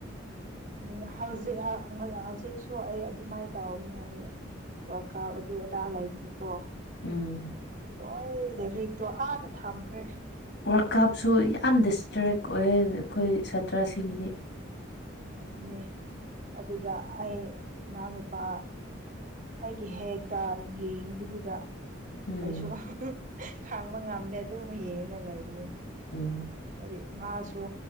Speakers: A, on the right (about 40°); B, on the left (about 65°).
A: ꯑꯗꯨ ꯍꯧꯖꯤꯛ ꯍꯧꯖꯤꯛꯁꯨ ꯑꯩ ꯑꯗꯨꯃꯥꯏꯅ ꯇꯧꯅꯦ ꯍꯥꯏꯌꯦ ꯋꯥꯀꯥ ꯑꯗꯨ ꯑꯗꯥ ꯂꯩꯕꯅꯦꯀꯣ
B: ꯎꯝ
A: ꯍꯣꯏ ꯂꯥꯏꯔꯤꯛꯇꯣ ꯑꯥꯗ ꯊꯝꯈ꯭ꯔꯦ
B: ꯋꯥꯔꯀꯥꯞꯁꯨ ꯌꯥꯝ ꯗꯤꯁꯇ꯭ꯔꯦꯛ ꯑꯣꯏꯌꯦ ꯑꯩꯈꯣꯏ ꯁꯥꯇ꯭ꯔꯁꯤꯡꯒꯤꯗꯤ
A: ꯑꯗꯨꯅꯤ ꯑꯗꯨꯒ ꯑꯩ ꯏꯅꯥꯎꯅꯄꯥ ꯑꯩꯒꯤ ꯍꯦꯛꯇ ꯌꯦꯡꯕꯗꯨꯗ
B: ꯎꯝ
A: ꯑꯩꯁꯨ ꯈꯥꯡꯕ ꯉꯝꯗꯦ ꯑꯗꯨꯝ ꯌꯦꯡꯉꯒ ꯂꯩꯕꯅꯦ
B: ꯎꯝ
A: ꯍꯥꯏꯗꯤ ꯃꯥꯁꯨ